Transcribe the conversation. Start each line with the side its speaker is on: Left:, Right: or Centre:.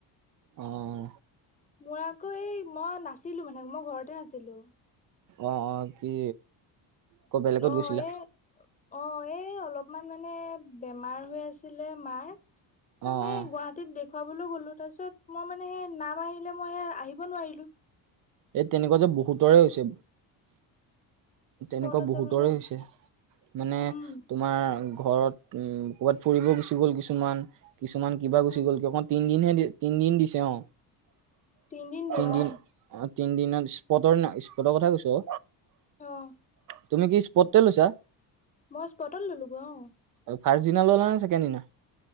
Right: অহ
Left: মোৰ আকৌ এই মই নাছিলোঁ মানে মই ঘৰতে নাছিলোঁ
Right: অঁ অঁ কি ক বেলেগত
Left: অঁ
Right: গৈছিলা
Left: এ অঁ এ অলপ অকমান মানে বেমাৰ হৈ আছিলে মাৰ তাৰমানে
Right: অ অ
Left: গুৱাহাটীত দেখুৱাবলৈ গ'লো তাৰপিছত মই মানে সেই নাম আহিলে মই সে আহিব নোৱাৰিলোঁ
Right: এই তেনেকুৱা যে বহুতৰে হৈছে তেনেকুৱা
Left: স্পটত
Right: বহুতৰে
Left: যাবলগীয়া
Right: হৈছে
Left: হ'ল
Right: মানে
Left: উম
Right: তোমাৰ ঘৰত উম ক'ৰবাত ফুৰিব গুচি গ'ল কিছুমান কিছুমান কিবা গুচি
Left: অ
Right: গ'ল কি অকণ তিনদিন হে তিনিদিন দিছে অ
Left: তিন দিন দিয়ে
Right: তিনদিন
Left: অহ
Right: অ তিনদিনত স্পটৰ ন স্পটৰ কথা কৈছো
Left: আহ
Right: তুমি কি স্পদে লৈছা
Left: মই সস্পটল ললো অ
Right: ফাৰ্ষ্ট দিনা ল'লা নে ছেকেণ্ড দিনা